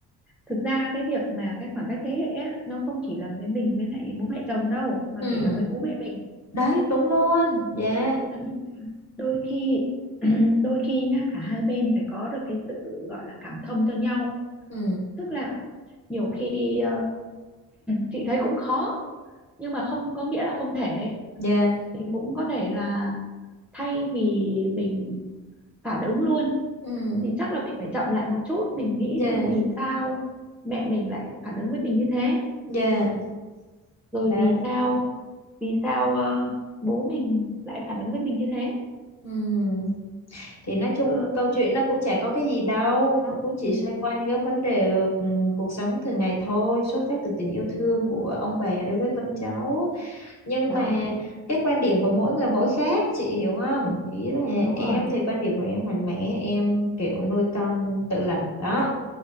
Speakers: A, in the centre; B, on the left.
A: thực ra cái việc mà cái khoảng cách thế hệ á, nó không chỉ là với mình với lại bố mẹ chồng đâu mà
B: Ừ,
A: kể cả với bố mẹ mình
B: đấy, đúng luôn. Dạ.
A: cho nên đôi khi <clears throat> đôi khi nhá cả hai bên phải có được cái sự gọi là cảm thông cho nhau
B: Ừ,
A: tức là nhiều khi ờ, chị thấy cũng khó nhưng mà không có nghĩa là không thể
B: dạ.
A: mình cũng có thể là thay vì mình phản ứng luôn
B: Ừ,
A: thì chắc là mình phải chậm lại một chút mình nghĩ
B: dạ,
A: xem vì sao mẹ mình lại phản ứng với mình như thế
B: dạ.
A: rồi
B: Đấy.
A: vì sao vì sao ờ, bố mình lại phản ứng với mình như thế
B: Ừ. Thì nói chung
A: chứ
B: câu chuyện nó cũng chả có cái gì đâu. Nó cũng chỉ
A: ừ,
B: xoay quanh cái vấn đề ừ, cuộc sống thường ngày thôi. Xuất phát từ tình yêu thương của ông bà đối với con cháu. Nhưng
A: đó
B: mà cái quan điểm của mỗi người mỗi khác. Chị hiểu không?
A: ừ,
B: Ý là
A: đúng
B: em
A: rồi
B: thì quan điểm của em mạnh mẽ. Em kiểu nuôi con tự lập đó.